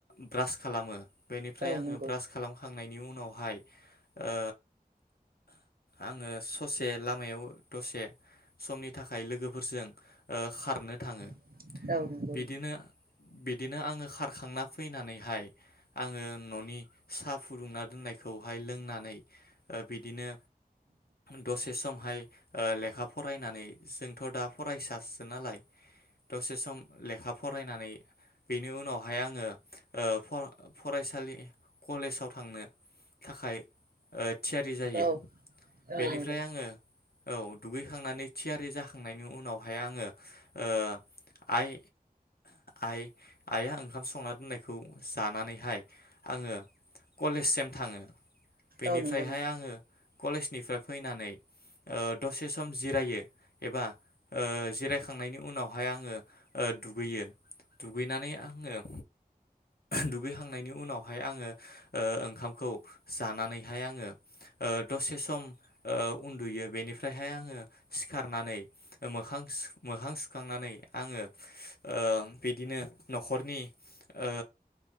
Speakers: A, on the left (about 75°); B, on the right (about 70°).
A: ब्रास खालामो। बेनिफ्राय
B: औ
A: आङो
B: नंगौ
A: ब्रास खालामखांनायनि उनाव फाय ओ आङो ससे लामायाव दसे समनि थाखाय लोगोफोरजों ओ खारनो थाङो।
B: औ नोंगौ
A: बिदिनो
B: नोंथां।
A: बिदिनो आङो खारखांना फैनानैहाय आङो न'नि सा फुदुंना दोननायखौहाय लोंनानै ओ बिदिनो दसे समहाय ओ लेखा फरायनानै जोंथ' दा फरायसासो नालाय दसे सम लेखा फरायनानै बेनि उनावहाय आङो फराय फरायसालि कलेजाव थांनो थाखाय ओ थियारि जायो।
B: औ औ
A: बेनिफ्राय
B: नंगौ
A: आङो औ दुगैखांनानै थिया रि जाखांनायनि उनावहाय आङो ओ आइ आइ आइआ ओंखाम संना दोननायखौ जानानैहाय आङो कलेजसिम थाङो। बेनिफ्रायहाय
B: औ नंगौ नोंथां
A: आङो कलेजनिफ्राय फैनानै ओ दसे सम जिरायो। एबा ओ जिरायखांनायनि उनावहाय आङो ओ दुगैयो दुगैनानै आङो दुगैखांनायनि उनावहाय आङो ओ ओंखामखौ जानानैहाय आङो ओ दसे सम ओ उन्दुयो बेनिफ्रायहाय आङो सिखारनानै मोखां सु मोखां सुखांनानै आङो ओ बिदिनो न'खरनि ओ